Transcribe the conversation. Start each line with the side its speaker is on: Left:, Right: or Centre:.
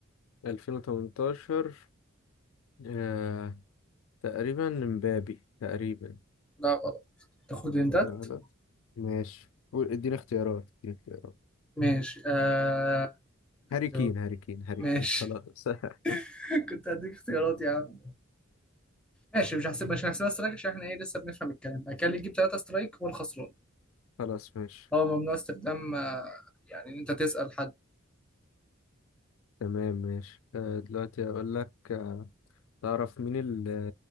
Left: 2018 آه... تقريبا مبابي تقريبا
Centre: لا غلط تاخد هنتات؟
Left: لا لا ماشي قول- اديني اختيارات اديني اختيارات
Centre: ماشي آه اختيار.
Left: هاري كين هاري كين هاري
Centre: ماشي
Left: كين خلاص <laughs>
Centre: <laughs> كنت هديك اختيارات يا عم ماشي مش هحسب مش هحسبها سترايك عشان احنا ايه لسه بنفهم الكلام بعد كده اللي يجيب ثلاثة سترايك هو الخسران
Left: خلاص ماشي
Centre: اه ممنوع استخدام آه، يعني ان انت تسأل حد
Left: تمام ماشي أه دلوقتي اقول لك آه، تعرف مين اللي,